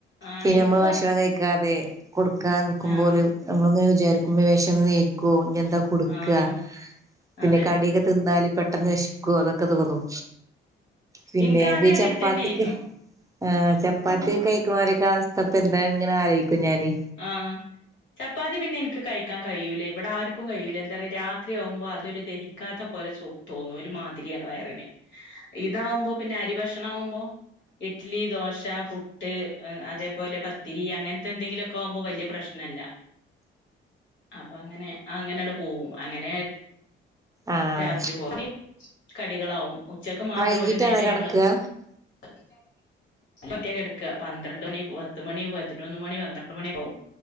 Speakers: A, on the left; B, on the right.
A: ആഹ്
B: പിന്നെ
A: ഇനിക്ക്
B: നമ്മള്
A: ഫസ്
B: ഭക്ഷണം കഴിക്കാതെ കൊടുക്കാതെ നിക്കുമ്പോ
A: ആഹ്
B: ഓല് നമ്മളങ്ങനെ വിചാരിക്കും വേഷ ന്ന് നികോ. ന്താ കൊട്ക്കാ
A: ആഹ്
B: പിന്നെ
A: അതെ
B: കടിയൊക്കെ തിന്നാൽ പെട്ടെന്ന് വെശ കോ അതൊക്കെ തോന്നും. പിന്നെ
A: ഇൻക്കാദ്യം
B: ബി
A: അങ്ങൻത്തന്നേര്ന്നു
B: ചപ്പാത്തിക്ക്. ആ ചപ്പാത്തി കഴിക്ക്‌ണോരെക്കെ അവസ്ഥ ഇപ്പ എന്താ ഇങ്ങനെ ആലോയിക്കും ഞാന്.
A: ആ ചപ്പാത്തി പിന്നെ എനിക്ക് കഴിക്കാൻ കഴിയൂല ഇവിടെ ആർക്കും കഴിയൂല എന്താറിയ രാത്രി ആവുമ്പോൾ അതൊരു ദഹിക്കാത്ത. പോലെ സോ തോന്നുഒരു മാതിരിയാണ് വയറിന് ഇതാവുമ്പോ പിന്നെ അരി ഭക്ഷണം ആവുമ്പോ. ഇഡ്ലി ദോശ പുട്ട് അതേപോലെ പത്തിരി അങ്ങന്‌ത്തെ എന്തെങ്കിലും. ഒക്ക ആവുമ്പോ വല്യയ പ്രശ്നല്ല. അപ്പൊ അങ്ങനെ അങ്ങനെ ട്ട് പോവും അങ്ങനെ.
B: ആഹ്
A: രാത്രി പോലി കടികളാവും. ഉച്ചക്ക് മാത്രം
B: വൈകീട്ടാണോ
A: ഒര് നേരം
B: കെടക്കാ
A: ഞങ്ങള് <unintelligible> ഒറ്റെ കട്ക്കാപന്ത്രണ്ട് മണി പത്ത് മണി പതിനൊന്ന് മണി പന്ത്രണ്ട് മണി ആവും.